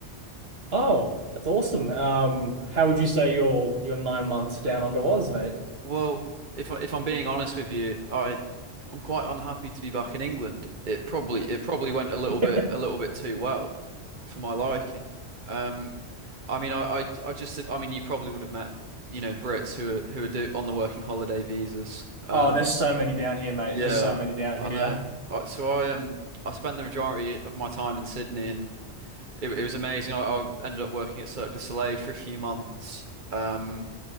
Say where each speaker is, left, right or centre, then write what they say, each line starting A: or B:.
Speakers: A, on the right (about 60°); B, on the right (about 45°).
A: Oh, that's awesome. Um, how would you say your your nine months down under was, mate?
B: Well, if I, if I'm being honest with you, I I'm quite unhappy to be back in England. It probably it probably went a little
A: <laughs>
B: bit a little bit too well for my liking. Um, I mean, I, I I just did. I mean, you probably would have met you know Brits who are who are do, on the working holiday visas. Um,
A: Oh, there's so many down here, mate.
B: Yeah,
A: There's so many down
B: I know.
A: here.
B: I, so I um I spent the majority of my time in Sydney, and it, it was amazing. I, I ended up working at Cirque du Soleil for a few months. Um,